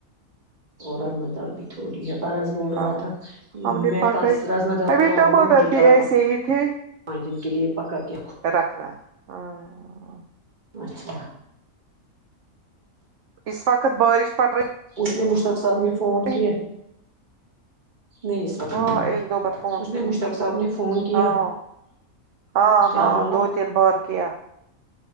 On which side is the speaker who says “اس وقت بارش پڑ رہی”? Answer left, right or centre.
Right